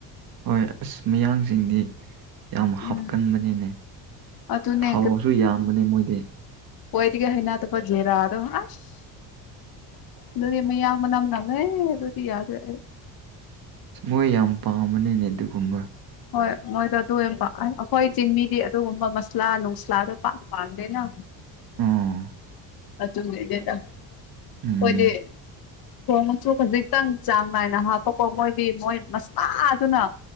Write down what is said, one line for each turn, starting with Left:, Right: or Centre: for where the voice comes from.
Right: ꯍꯣꯏ ꯑꯁ ꯃꯌꯥꯡꯁꯤꯡꯗꯤ ꯌꯥꯝ ꯍꯥꯞꯀꯟꯕꯅꯤꯅꯦ
Left: ꯎꯝ ꯑꯗꯨꯅꯦ
Right: ꯊꯥꯎꯁꯨ ꯌꯥꯝꯕꯅꯦ ꯃꯣꯏꯗꯤ
Left: ꯍꯣꯏꯇꯒ ꯍꯩꯅ ꯑꯗꯨ ꯄ ꯖꯦꯔꯥ ꯑꯗꯣ ꯑꯗꯨꯗꯤ ꯃꯌꯥꯡ ꯃꯅꯝ ꯅꯝꯃꯦ ꯑꯗꯨꯗꯤ ꯌꯥꯗ꯭ꯔꯦ
Right: ꯃꯣꯏ ꯌꯥꯝ ꯄꯥꯝꯕꯅꯤꯅꯦ ꯑꯗꯨꯒꯨꯝꯕ
Left: ꯍꯣꯏ ꯃꯣꯏꯗꯣ ꯑꯗꯨꯕ ꯑꯩꯈꯣꯏ ꯆꯤꯡꯃꯤꯗꯤ ꯑꯗꯨꯒꯨꯝꯕ ꯃꯁꯂꯥ ꯅꯅꯨꯡꯁꯂꯥꯗ ꯄ ꯄꯥꯗꯅ
Right: ꯑꯣ
Left: ꯑꯆ ꯀꯗꯦꯗꯣꯏꯗꯤ
Right: ꯎꯝ
Left: ꯊꯣꯡꯉꯁꯨ ꯈꯖꯤꯛꯇꯪ ꯆꯥꯡ ꯅꯥꯏꯅ ꯍꯥꯞꯄꯀꯣ ꯃꯣꯏꯗꯤ ꯃꯣꯏ ꯃꯁꯥꯗꯨꯅ